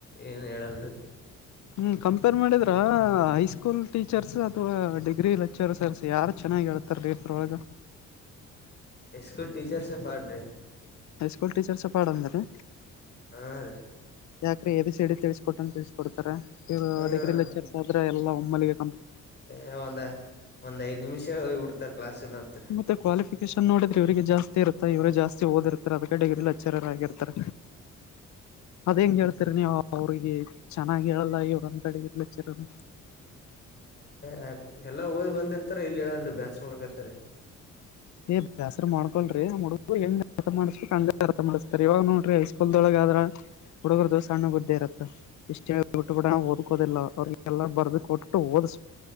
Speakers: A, on the left; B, on the left.
A: ಏನ್ ಹೇಳಲ್ರಿ
B: ಹ್ಮ್ ಕಂಪೇರ್ ಮಾಡಿದ್ರ ಹೈಸ್ಕೂಲ್ ಟೀಚರ್ಸ್ ಅಥವಾ ಡಿಗ್ರಿ ಲೆಕ್ಚರ್ ಸರ್ಸ್ ಯಾರ ಚೆನ್ನಾಗ ಹ ಹೇಳ್ತಾರ ರೀಫ್ರೊಳಗ
A: ಸ್ಕಲ್ ಟೀಚರ್ಸ ಎ ಪಾರ್ಟ್ರ
B: ಹೈ ಸ್ಕೂಲ್ ಟೀಚರ್ಸ್ ಪಾಡಂದ ರೀ
A: ಹಾ ರೀ
B: ಯಾಕ್ರೆ ಎ ಸಡಿ ತಿಳಿಸಕೊಟ್ಟನ್ ತಿಳಿಸಕೊಡ್ತಾರೆ ಇವ್ರು
A: ಹ್ಮ
B: ಡಿಗ್ರಿ ಲೆಕ್ಚರ್ಸ್ ಆದ್ರ ಎಲ್ಲಾ ಒಮ್ಮಿಗೆ
A: ಏ ಒಂದ ಒಂದ್ ಐದ್ ನಿಮಿಷ ಹೋಗ್ಬ ಬಿಡ್ತಾರ ಕ್ಲಾಸ್ ಇಲ್ಲ ಅಂತ್ರಿ
B: ಮತ್ತೆ ಕ್ವಾಲಿಫಿಕೇಶನ್ ನೋದ್ರೆ ಇವ್ರರಿಗೆ ಜಾಸ್ತಿ ಇರುತ್ತೆ ಇವರು ಜಾಸ್ತಿ ಓದಿರ್ತಾರ ಅದಕ್ಕೆ ಡಿಗ್ರಿಲಿ ಹಚ್ಚರರ ಆಗಿರ್ತಾರ ಅದ್ ಹೆಂಗ್ ಹೇಳ್ತೀರಿ ನೀವು ಅವ್ರಿಗೆ ಚೆನ್ನಾಗಿ ಹೇಳಲ್ಲ ಇವ್ರಂತ ಅಡಿದಿರ್ಲಿ ಚಿರನು
A: ಹ ಎಲ್ಲಾ ಓದ್ ಬಂದಿರ್ತಾರ ಇಲ್ಲಿ ಹೇಳಲ್ರಿ ಬ್ಯಾಕ್ಸ್ ನಕತರಿ
B: ಏ್್ಯಸರ್ ಮಾಡ್ಕೊಲ್ರಿ ಆ ಹುಡುಗ ಹೆಂಗ ಅರ್ಥ ಮಾಡ್ಸ್ಕ್ ಹಂಗ ಅರ್ಥ ಮಾಡ್ಸ್ತರ್ ಇವಾಗ ನೋಡ್ರಿ ಐಸ್ಕೂಲ್ದೊಳಗೆ ಯಾದ್ರ ಹುಡುಗರ ದಿವಸ ಸಣ್ಣ ಬುದ್ದೆ ಇರತ್ತ ಇಷ್ಟೇ ಬಿ ಬಿಡ ದಕೋದಿಲ್ಲ ಅವ ಎಲ್ಲ ಬರ್ದು ಕೊಟ್ಟುಓದ